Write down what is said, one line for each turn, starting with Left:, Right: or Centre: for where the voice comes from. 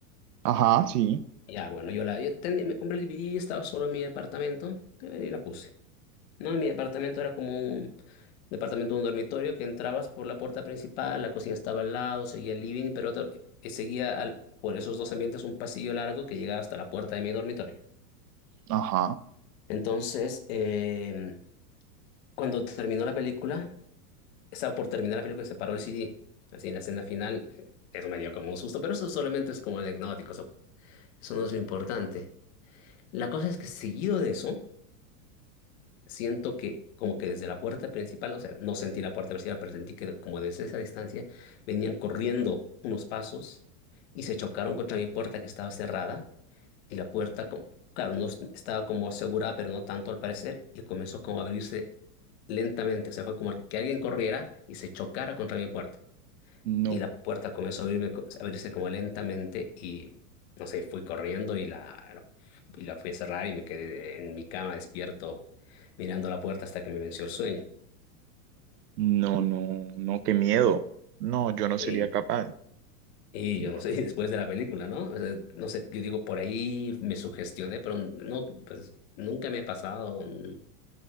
Right: Ajá, sí,
Left: Ya, bueno, yo la yo tenía- me compré el DVD, estaba solo en mi apartamento eh, y la puse. No, Y mi departamento era como un departamento, un dormitorio que entrabas por la puerta principal, la cocina estaba al lado, seguía el living, pero otro- que seguía al- por esos dos ambientes un pasillo largo que llegaba hasta la puerta de mi dormitorio.
Right: ajá.
Left: Entonces, em, cuando terminó la película, estaba por terminar la película y se paró el CD. Así en la escena final, eh, eso me dio como un susto, pero eso solamente es como anecdótico, eso, eso no es lo importante. La cosa es que seguido de eso, siento que como que desde la puerta principal, o sea, no sentí la puerta principal, pero sentí que como desde esa distancia venían corriendo unos pasos y se chocaron contra mi puerta que estaba cerrada y la puerta, como, claro, no s- estaba como asegurada, pero no tanto al parecer, y comenzó como a abrirse lentamente, o sea, fue como que alguien corriera y se chocara contra mi puerta.
Right: No,
Left: Y la puerta comenzó a abrirme co- a abrirse como lentamente y, no sé, fui corriendo y la, y la fui a cerrar y me quedé en mi cama despierto mirando la puerta hasta que me venció el sueño.
Right: no, no, no, qué miedo. No, yo no sería
Left: Y,
Right: capaz.
Left: y
Right: No.
Left: yo no sé, <laughs> después de la película, ¿no? O sea, no sé, yo digo, por ahí me sugestioné, pero no, pues nunca me ha pasado, mm,